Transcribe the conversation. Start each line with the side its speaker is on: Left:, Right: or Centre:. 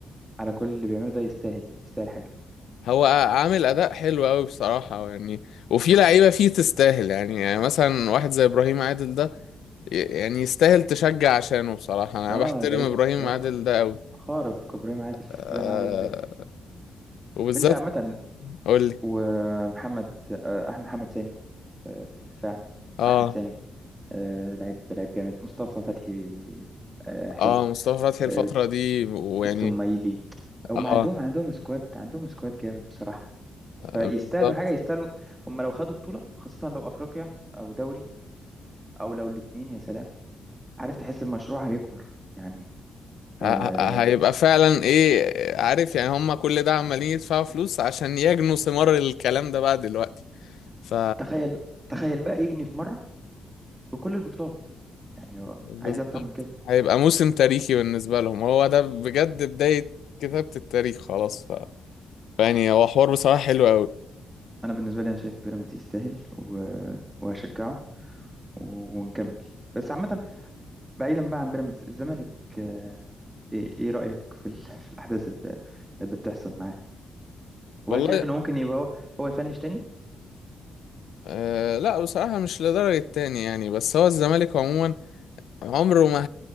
Right: على كل اللي بيعمله ده يستاهل يستاهل حاجه
Left: هو عامل اداء حلو قوي بصراحه يعني وفي لعيبه فيه تستاهل يعني, يعني مثلا واحد زي ابراهيم عادل ده ي- يعني يستاهل تشجع عشانه بصراحه انا
Right: اه
Left: بحترم
Right: لعيب
Left: ابراهيم
Right: لعيب
Left: عادل
Right: خ-
Left: ده قوي
Right: خارق ابراهيم عادل <laughs>
Left: آه
Right: ابراهيم عادل
Left: وبالذات
Right: انت عامه
Left: قول لي
Right: ومحمد آه، أح- محمد سامي آه، في الدفاع
Left: اه
Right: احمد سامي آه لعيب لعيب جامد مصطفى فتحي آه حلو
Left: اه مصطفى فتحي الفتره
Right: آه
Left: دي ويعني
Right: بيستون مايلي هم
Left: اه
Right: عندهم عندهم سكواد عندهم سكواد جامد بصراحة فيستاهلوا
Left: بالظبط
Right: حاجة يستاهلوا هم لو خدوا بطولة خاصة لو أفريقيا أو دوري أو لو الاتنين يا سلام عارف تحس المشروع هيكبر يعني
Left: ه-
Right: آه
Left: ه- هيبقى فعلا ايه عارف يعني هم كل ده عمالين يدفعوا فلوس عشان يجنوا ثمار الكلام ده بقى دلوقتي ف
Right: تخيل تخيل بقى يجني في مرة بكل البطولات يعني هو
Left: بالظبط
Right: عايز إيه أكتر من كده
Left: هيبقى موسم تاريخي بالنسبة لهم هو ده بجد بداية كتابة التاريخ خلاص بقى يعني هو حوار بصراحة حلو أوي
Right: أنا بالنسبة لي أنا شايف بيراميدز يستاهل و... وهشجعه و... ونكمل بس عامة بعيدا بقى عن بيراميدز الزمالك آه، ايه إيه رأيك في ال... <laughs> في الأحداث اللي, اللي بتحصل معاه وهل
Left: والله
Right: شايف انه ممكن يبقى هو هو يفنش تاني
Left: آه لا بصراحة مش لدرجة تاني يعني بس هو الزمالك عموما عمره ما